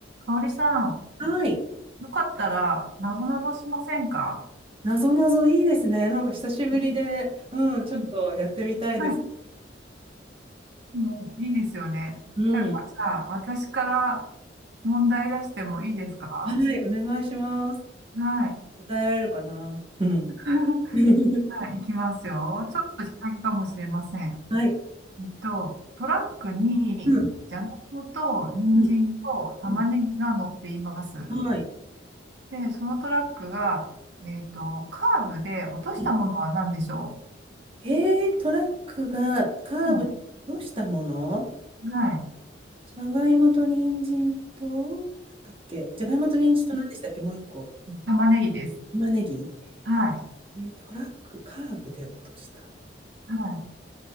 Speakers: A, on the right; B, on the right.
A: 香織さん、
B: はい。
A: よかったら、なぞなぞしませんか
B: なぞなぞいいですね。なんか久しぶりで、
A: う
B: うん、
A: ん
B: ちょっとやってみたいです。
A: はい。もういいですよね。
B: うん。
A: なんかさ、私から問題出してもいいですか
B: はい、お願いします。
A: はい。
B: 答えられるかなうん。
A: <laughs>
B: <laughs>
A: はい、いきますよ。ちょっと引っ掛けかもしれません。
B: はい。
A: えっと、トラックに、
B: うん。
A: じゃがいもと、人参と、
B: うん。
A: 玉ねぎが乗っています。
B: うんはい。
A: で、そのトラックが、えっと、カーブで落としたものは何でしょ
B: うんへえ、トラックがカーブでどうしたもの
A: ううん。はい。
B: じゃがいもと人参と、なんだっけじゃがいもと人参と何でしたっけもう一個。
A: 玉ねぎです。
B: 玉ねぎ。
A: はい。
B: えー、トラックカーブで落とした。
A: は